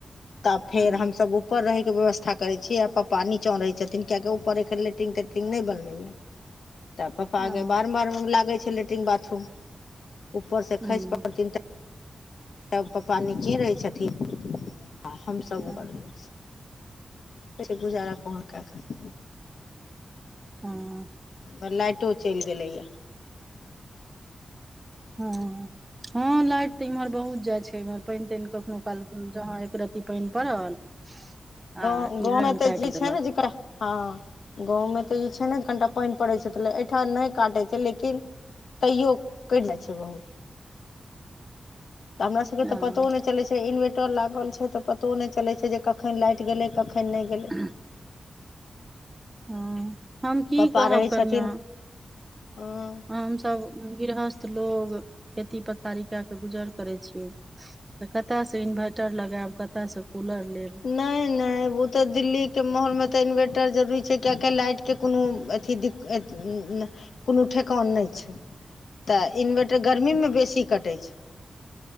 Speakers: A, on the left; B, on the right.
A: तब फेर
B: हूँ
A: हमसभ ऊपर रहे के व्यवस्था करे छीयै आ पापा नीचाँ रहै छथिन कियाकि ऊपर एखन लेटिंग टेटिंग नहि बनले या त पप्पा
B: ओ
A: के बारम बार लागै छै लेट्रिन बाथरूम उपर से
B: हूँ
A: खसि पड़थिन तऽ तब पप्पा निचे रहै छथिन आ हमसभ
B: हँ
A: उपर रहै छी कहै छै गुजारा कोन करथिन
B: हँ
A: कऽ लाइटो चलि गेलैएा
B: हँ हँ लाइट तऽ इमहर बहुत जाय छै इमहर पानि तानि कखनो कल जहाँ एकरति पानि पड़ल
A: गाँव
B: आ कि
A: गाँवमे
B: लाइन
A: ए ते
B: काटि
A: चीज
B: देलक
A: छै ने जेकरा हँ गाँवमे तऽ ई छै ने कनिटा पानि पड़ैत छै तऽ एहिठाम नहि काटैत छै लेकिन तैयो कटि जाय छै बहुत त हमरा सबके
B: हँ
A: तऽ पतो नहि चलै से इन्वेटर लागल छै तऽ पतो नहि चलै छै जे कखन लाइट गेलै कखन नहि गेलै
B: ह हँ हम की
A: पप्पा
B: कहब
A: रहै
B: कनिआ
A: छथिन हँ
B: हम सब गृहस्थ लोग खेती पथारी के के गुजर करै छी तऽ कतऽसँ इन्वर्टर लगायब कतऽसँ कूलर लेब
A: नहि नहि ओ तऽ दिल्लीके माहौलमे तऽ इन्वर्टर जरूरी छै किएकि लाइटके कोनो अथी दिक्कत कोनो ठेकान नहि छै तऽ इन्वर्टर गर्मीमे बेसी कटै छै